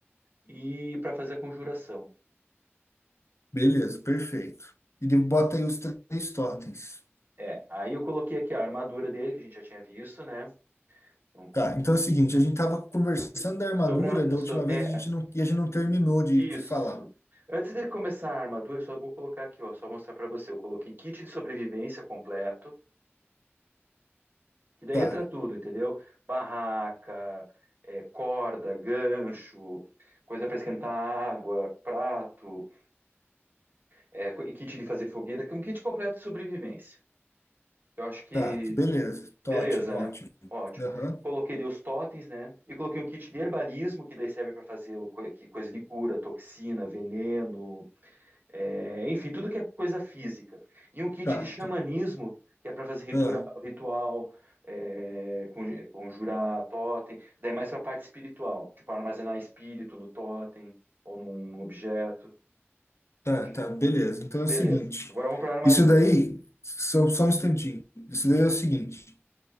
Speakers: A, on the right (about 45°); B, on the left (about 75°).
A: e para fazer a conjuração.
B: Beleza, perfeito. E de- bota aí os três totens.
A: É, aí eu coloquei aqui a armadura dele, que a gente já tinha visto, né? Então, com...
B: Tá, então é o seguinte, a gente estava conversando da armadura
A: Sobre a...
B: da
A: so-
B: última
A: É
B: vez, a gente não, e a gente não terminou de,
A: isso.
B: de falar.
A: Antes de começar a armadura, só vou colocar aqui, ó, só mostrar pra você. Eu coloquei kit de sobrevivência completo, que daí
B: Tá,
A: entra tudo, entendeu? Barraca, é, corda, gancho, coisa pra esquentar água, prato, é, co- e kit de fazer fogueira, que é um kit completo de sobrevivência. Eu acho que
B: tá, beleza, tá
A: Beleza,
B: ótimo, ótimo.
A: né? Ótimo.
B: Aham,
A: Coloquei daí os totens, né? E coloquei um kit de herbalismo, que daí serve para fazer o co- que- coisa de cura, toxina, veneno, é, enfim, tudo que é coisa física. E um kit
B: tá,
A: de xamanismo,
B: tá,
A: que é para fazer ritura-
B: ah,
A: ritual, é, conj- conjurar totem. Daí é mais para a parte espiritual, tipo armazenar espírito no totem ou num objeto.
B: tá,
A: Acho
B: tá,
A: que-
B: beleza. Então é o
A: Beleza.
B: seguinte,
A: Agora vamos para a armadura.
B: isso daí, só, só um instantinho, isso daí é o seguinte,